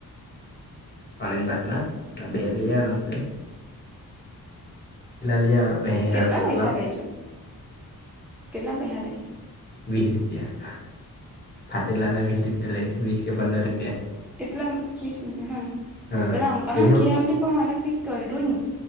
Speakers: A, on the left (about 30°); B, in the centre.
A: પાણીન બાટલા ન બેલી આન તે- લઈ આવ્યા પછી
B: કેટલા
A: ટોટલા
B: પૈસા લેજો. કેટલા પૈહા લઈ.
A: વહી રૂપિયા. ફાતે લાના વીહ રૂપિયા લઈ વીસ કે પંદર રૂપિયા.
B: એટલા હ વિસ રૂપિયા હમ
A: હા
B: પેલા અંકલ
A: તે
B: મેં કિયાવલી પણ હારા કઈક કર્યું જ ન.